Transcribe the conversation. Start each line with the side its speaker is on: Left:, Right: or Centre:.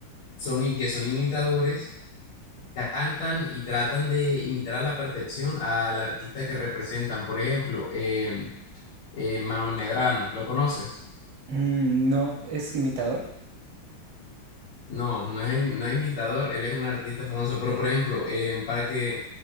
Left: son in- que son imitadores, cantan y tratan de imitar a la perfección al artista que representan. Por ejemplo, eh, eh, Manuel Medrano, ¿lo conoces?
Right: Mm, no, ¿es imitador?
Left: No, no es, im- no es imitador, él es un artista famoso, pero por ejemplo, eh, para que